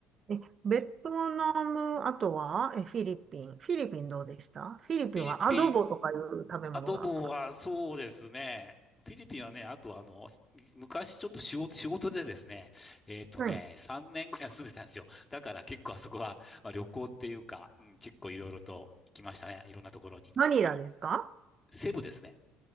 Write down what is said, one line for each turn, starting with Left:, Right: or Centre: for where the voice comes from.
Right: え、ベトナム、あとは、え、フィリピン。フィリピンどうでしたフィリピンはアドボとかいう食べ物が。
Left: フィリピン、アドボはそうですね。フィリピンはね、あとあの、昔ちょっと仕事、仕事でですね、えっとね、
Right: はい。
Left: 3年ぐらい住んでたんですよ。だから結構あそこは、まあ、旅行っていうか、うん、結構いろいろと行きましたね。いろんなところに。
Right: マニラですか
Left: セブですね。